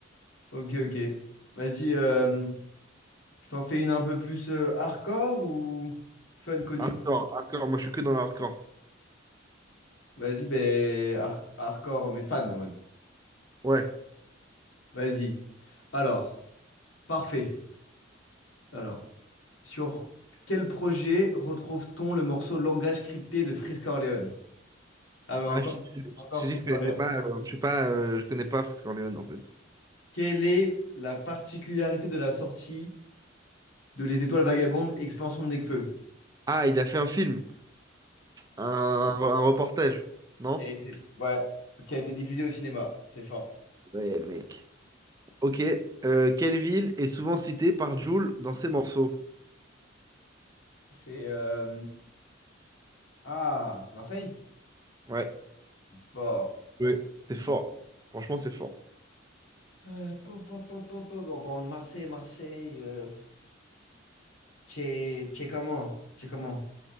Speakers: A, on the left (about 85°); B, on the right (about 20°).
A: Ok, ok. Vas-y. euh, Je t'en fais une un peu plus euh, hardcore ou fun connu?
B: Hardcore, hardcore. Moi, je suis que dans l'hardcore.
A: Vas-y, ben har- hardcore, mais fan en mode.
B: Ouais.
A: Vas-y. Alors, parfait. Alors, sur quel projet retrouve-t-on le morceau Langage crypté de Frisk Corleone? Ah, mais encore,
B: Ah, je t'ai
A: encore
B: je t'ai
A: Frisk
B: dit que je
A: Corleone.
B: connaissais pas. euh, je suis pas. euh, je connais pas Fritz Corleone, en fait.
A: Quelle est la particularité de la sortie de Les Étoiles Vagabondes, expansion de Nekfeu?
B: Ah, il a fait un film, un, un reportage, non?
A: Et c'est- ouais, qui a été diffusée au cinéma. C'est fort.
B: Ouais, mec. Ok. Euh, quelle ville est souvent citée par Jul dans ses morceaux?
A: C'est euh, ah, c'est Marseille?
B: Ouais,
A: C'est fort.
B: oui,
A: Vas-y.
B: c'est fort. Franchement, c'est fort.
A: Euh, pop, pop, pop, pop, pop. En parlant de Marseille, Marseille, euh, pff, t'es t'es comment? T'es comment?